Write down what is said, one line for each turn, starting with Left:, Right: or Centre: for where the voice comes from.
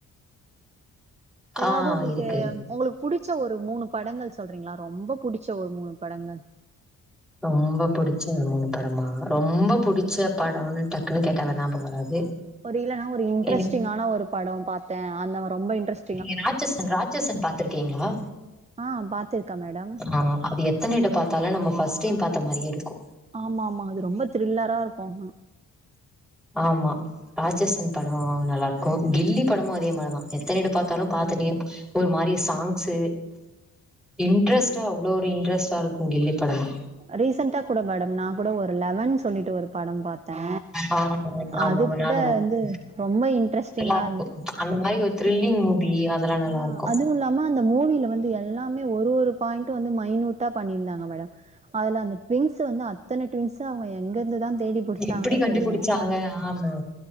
Right: எதாவது
Centre: ஆ
Right: உங்களுக்கு
Centre: இருக்கு
Right: உங்களுக் புடிச்ச ஒரு மூணு படங்கள் சொல்றீங்களா ரொம்ப புடிச்ச ஒரு மூணு படங்கள்
Centre: ரொம்ப புடிச்ச ஒரு மூணு படமா ரொம்ப புடிச்ச படனு டக்குன்னு கேட்டா ஞாபக வராது
Right: ஒரு இல்லன்னா ஒரு இன்ட்ரெஸ்டிங்கான
Centre: எனக்கு
Right: ஒரு படோ பாத்த அந்த ரொம்ப இன்ட்ரஸ்ட்
Centre: நீங்க ராட்சசன் ராட்சசன் பாத்துருக்கீங்களா
Right: ஆ பாத்திருக்கே மேடம்
Centre: ஆ அது எத் எத்தனைட்டோ பாத்தாலு நம்ம ஃபர்ஸ்ட் டைம் பாத்த மாரியே இருக்கு
Right: ஆமா ஆமா அது ரொம்ப த்ரில்லரா இருக்கு ஆனா
Centre: ஆமா ராட்சசன் படோ நல்லா இருக்கு கில்லி படமு அதே மாரி தா எத்தனைட பாத்தாலு பாத்துனே
Right: ம்
Centre: ஒரு மாரிய சாங்ஸு இன்ட்ரெஸ்ட்டா அவ்ளோ ஒரு இன்ட்ரெஸ்ட்டா இருக்கு கில்லி படமு
Right: ரீசென்ட்டா கூட மேடம் நா கூட ஒரு லெவன் சொல்ட்டு ஒரு படம் பாத் த
Centre: ஆ ஆமா ஆமா
Right: அது கூட
Centre: நானும் தான்
Right: வந்து
Centre: பாப்பேன்
Right: ரொம்ப இன்ட்ரெஸ்டிங்கா
Centre: நல்லா இருக்கும்
Right: இருந்து
Centre: அந்த மாரி ஒரு த்ரில்லிங் மூவி அதெல்லா நல்லா
Right: ஆ
Centre: இருக்கு
Right: அதுவு இல்லாம அந்த மூவியில வந்து எல்லாமே ஒரு ஒரு பாயிண்ட்டு வந்து மைனூட்டா பண்ணிருந்தாங் க மேடம் அதுல அந்த ட்வின்ஸ் வந்து அத்தன ட்வின்ஸ் அவங்க எங்கெருந்துதா தேடி புடிச்சாங்கன்னே
Centre: எப்டி கண்டுபுடிச்சாங்க
Right: தெரியாது
Centre: ஆமா